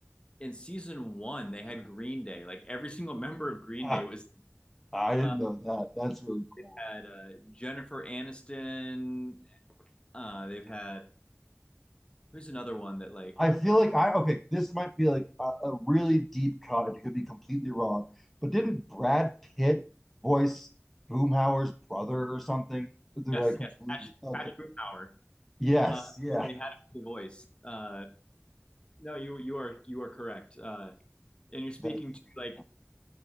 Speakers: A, on the left; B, in the centre.
A: in season one they had Green Day. Like every single <laughs> member of Green
B: Uh,
A: Day was.
B: I didn't
A: Uh,
B: know that. That's really cool.
A: they've had uh, Jennifer Aniston. Uh, they've had who's another one that like
B: I feel like I okay. This might be like a, a really deep cut. and It could be completely wrong, but didn't Brad Pitt voice Boomhauer's brother or something? Did
A: yes
B: I completely?
A: yes Patch
B: Okay.
A: Patch Grunauer.
B: Yes.
A: Uh,
B: Yeah.
A: it had the voice. Uh, no, you you are you are correct. Uh, and you're speaking
B: That's.
A: to
B: <laughs>
A: like